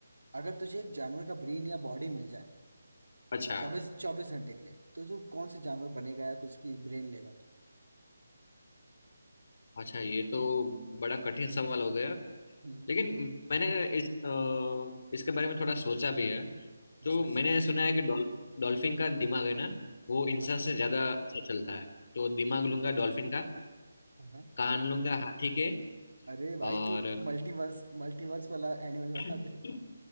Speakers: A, on the right; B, on the left.
A: अगर तुझे एक जानवर का ब्रेन या बॉडी मिल जाए
B: अच्छा
A: चौबीस चौबीस घंटे के लिए तो तू कौन से जानवर बनेगा या उसकी ब्रेन लेगा तू
B: अच्छा ये तो बड़ा कठिन सवाल हो गया
A: हम्म
B: लेकिन मैंने इस अ, इसके बारे में थोड़ा सोचा भी है
A: अच्छा
B: तो
A: अच्छा
B: मैंने सुना है कि डॉल, डॉल्फिन का दिमाग है ना वो
A: हाँ
B: इंसान
A: हाँ
B: से ज्यादा अच्छा चलता है तो दिमाग लूंगा डॉल्फिन का
A: हाँ।
B: कान लूंगा हाथी के
A: अरे भाई
B: और
A: तू मल्टीवर्स मल्टीवर्स वाला एनिमल बना
B: <clears throat>
A: दे
B: <laughs>